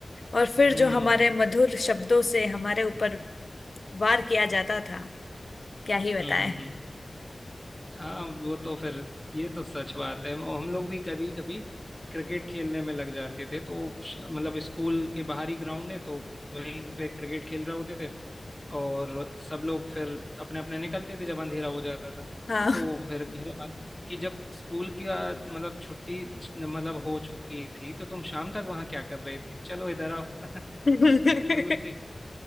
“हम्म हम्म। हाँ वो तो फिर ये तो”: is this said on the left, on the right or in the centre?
Centre